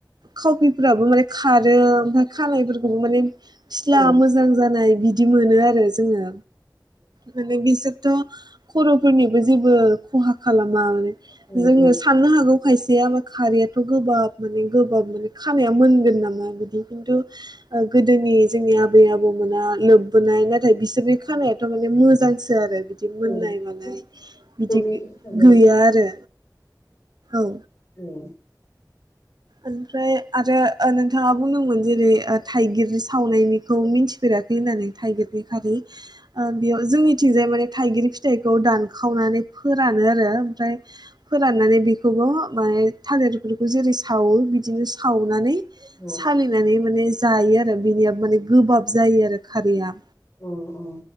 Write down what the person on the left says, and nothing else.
औ
औ
औ
औ
मैला
अरख'नायाव हेफाजाब होयो
औ
औ औ
अ अ